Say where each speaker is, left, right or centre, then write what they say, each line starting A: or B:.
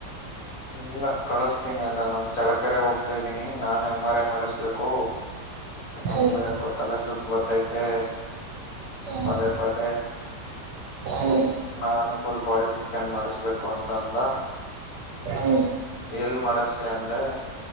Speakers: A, on the left; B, on the right.
A: ಇಲ್ಲ ಕಳಸ್ತೀನಿ ಅಂದ ನಮ್ ಚಳಕರೆ ಹೋಗ್ತಾ ಇದ್ದೀನಿ ನಾನು ಎಂ ಆರ್ ಐ ಮಾಡಿಸ್ಬೇಕು ನಂಗು
B: ಹ್ಮ್
A: ಯಾಕೊ ತಲೆ ಸುತ್ ಬರ್ತೈ ತೆಳ್
B: ಹ್ಮ್
A: ಪದೇ ಪದೇ
B: ಹ್ಮ್
A: ನಾನು ಫುಲ್ ಬಾಡಿ ಸ್ಕ್ಯಾನ್ ಮಾಡಿಸ್ಬೇಕು ಅಂತಂದ
B: ಹ್ಮ್
A: ಎಲ್ ಮಾಡುಸ್ತೀಯ ಅಂದೆ